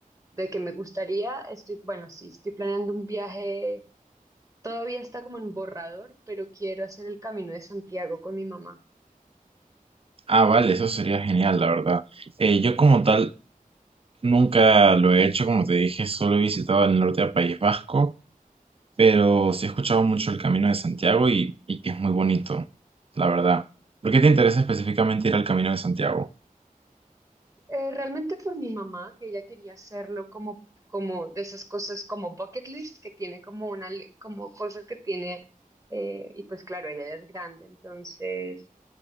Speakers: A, on the right; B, on the right.
A: de que me gustaría, estoy, bueno, sí, estoy planeando un viaje, todavía está como en borrador, pero quiero hacer el Camino de Santiago con mi mamá.
B: Ah, vale, eso sería genial, la verdad. Eh, yo como tal nunca lo he hecho, como te dije, solo he visitado el norte del País Vasco. pero sí he escuchado mucho el Camino de Santiago y, y que es muy bonito, la verdad. ¿Por qué te interesa específicamente ir al Camino de Santiago?
A: Eh, realmente por mi mamá, que ella quería hacerlo como, como de esas cosas como bucket list, que tiene como una, li- como cosas que tiene, eh, y pues claro, ella ya es grande, entonces